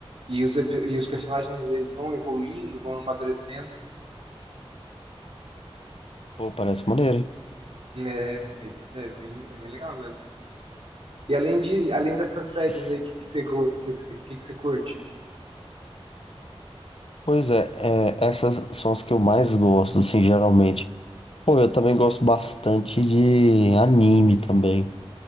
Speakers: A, on the right; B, on the left.
A: e os, epi- e os personagens eles vão evoluindo, vão amadurecendo.
B: Pô, parece maneiro. hein?
A: É, isso é bem, é bem legal mesmo. E além de, além dessas séries
B: E
A: aí, o que que você, go- que, que que você curte?
B: Pois é, é, essas são as que eu mais gosto, assim, geralmente. Pô, eu também gosto bastante de anime também,